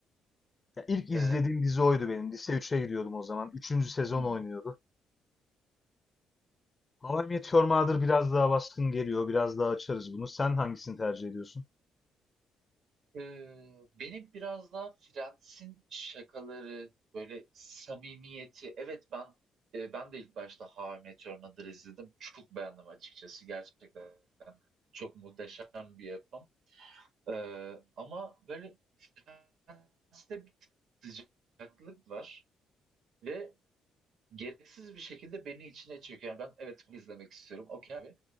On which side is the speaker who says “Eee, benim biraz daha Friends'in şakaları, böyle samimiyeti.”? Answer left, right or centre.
Right